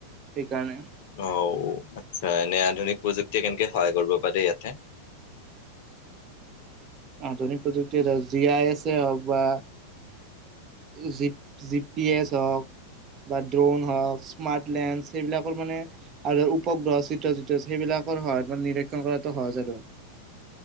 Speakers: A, on the right (about 30°); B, on the left (about 50°).
A: সেইকাৰণে।
B: অ', আচ্ছা, এনে আধুনিক প্ৰযুক্তিয়ে কেনেকে সহায় কৰিব পাৰে ইয়াতে?
A: আধুনিক প্ৰযুক্তি এটা জি আৰ এছেই হওঁক বা জিপ-জি পি এছ হওঁক বা ড্ৰোন হওঁক, স্মাৰ্ট লেন্স, সেইবিলাকৰ মানে আৰু উপগ্ৰহৰ চিত্ৰ-চিত্ৰ সেইবিলাকৰ সহায়ত মানে নিৰীক্ষণ কৰাটো সহজ আৰু।